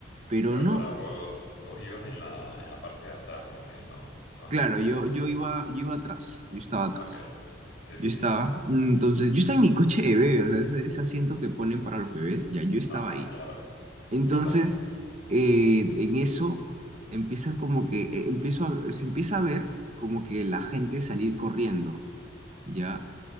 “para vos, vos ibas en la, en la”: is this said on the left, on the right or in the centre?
Left